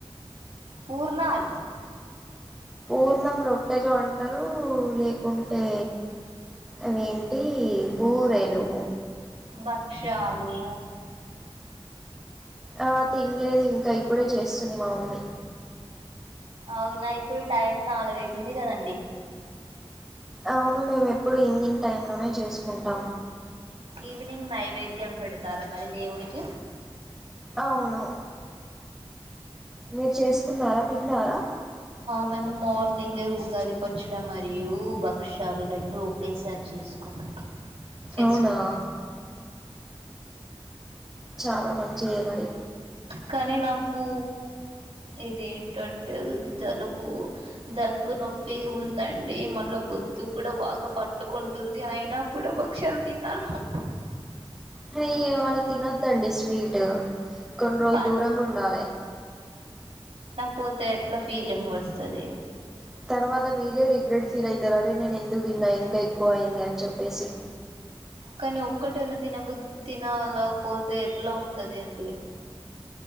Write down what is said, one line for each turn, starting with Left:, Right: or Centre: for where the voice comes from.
Right: పూర్ణాలు
Centre: పూర్ణం రొట్టెలు వంటలు లేకుంటే అవేంటి బూరెలు
Right: బక్క వృక్షాలు
Centre: ఆ తినలేదు ఇంకా ఇప్పుడే చేస్తుంది మా మమ్మీ
Right: అవునా ఇప్పుడు టైం నాలుగయితుంది కదండి
Centre: అవును మేము ఎప్పుడు ఈవినింగ్ టైమ్ లోనే చేసుకుంటాం
Right: ఈవినింగ్ నైవేద్యం పెడతారుా మరి దేవుడికి
Centre: అవును మీరు చేసుకున్నారా తిన్నారా
Right: మేము మార్నింగ్ ఉగాది పచ్చడి మరియు భక్షలు రెండు ఒకేసారి చేసుకుంటాం చేసుకున్నాం
Centre: అవునా చాలా మంచియ మరి
Right: కానీ నాకు ఇదింటంటే జలుబు దగ్గు నొప్పి ఉందండి మళ్ళా గొంతు కూడా బాగా పట్టుకుంటుంది అయినా కూడా భక్ష్యాలు తిన్నారును
Centre: హ వా తినదండి స్వీట్ కొంట్రోల్
Right: ప
Centre: దూరం కొండాలి
Right: పోతే ఎట్లా ఫీలింగ్ వస్తుంది
Centre: తర్వాత మ మీలే రగ్రట్ ఫీల్ అయిారే నేను ఎ ఎందు తిన్నా ఇంకా ఎక్కువ అయింది అని చెప్పేసి
Right: కానీ ఒక్కటైనా తినబుద్ తినాల పోతే ఎట్లా ఉంటది అండి